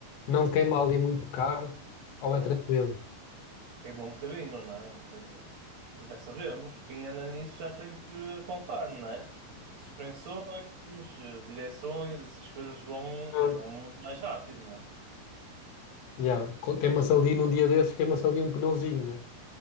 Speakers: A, on the left (about 70°); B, on the right (about 40°).
A: não queima ali muito o carro ou é
B: Opa,
A: tranquilo?
B: queima um bocadinho, não é? Quer dizer, já sabemos, quem anda nisso já tem que contar, não é? Suspensões, eh, direções, essas coisas vão,
A: Pois.
B: quer dizer, vão muito mais rápido, não é?
A: Yeah. Co- Queima-se ali num dia desses, queima-se ali um pneuzinho, né?